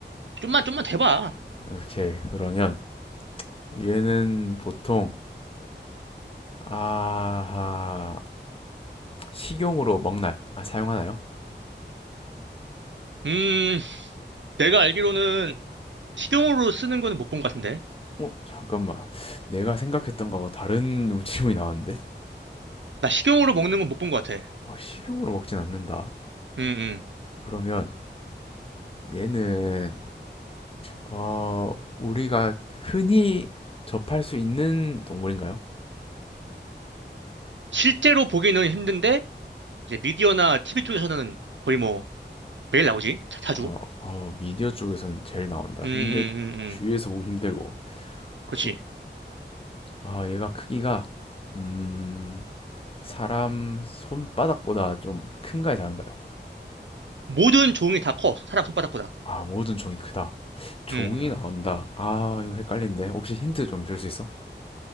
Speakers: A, on the right (about 80°); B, on the left (about 30°).
A: 좀만, 좀만 대봐.
B: 오케이, 그러면 얘는 보통, 아, 식용으로 먹나, 아, 사용하나요?
A: 음, 내가 알기로는 식용으로 쓰는 거는 못 본 것 같은데.
B: 어, 잠깐만. 내가 생각했던 거하고 다른 질문이 나왔는데?
A: 나 식용으로 먹는 건 못 본 것 같아.
B: 어, 식용으로 먹진 않는다.
A: 음, 음.
B: 그러면 얘는, 어, 우리가 흔히 접할 수 있는 동물인가요?
A: 실제로 보기는 힘든데, 이제 미디어나 티비 쪽에서는 거의 뭐 매일 나오지. 자,
B: 어,
A: 주
B: 어, 미디어 쪽에서는 제일 나온다.
A: 음, 음,
B: 근데
A: 음, 음.
B: 주위에서 보기 힘들고. 혹시,
A: 그렇지.
B: 아, 얘가 크기가, 음, 사람 손바닥보다 좀 큰가요, 작은가요?
A: 모든 종이 다 커. 사람 손바닥보다.
B: 아, 모든 종이 크다. 종이
A: 음, 음.
B: 나온다. 아, 이거 헷갈린데. 혹시 힌트 좀 줄 수 있어?